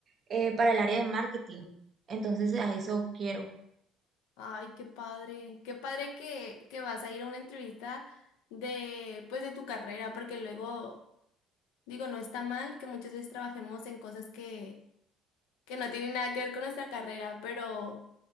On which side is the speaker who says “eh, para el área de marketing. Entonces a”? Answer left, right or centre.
Right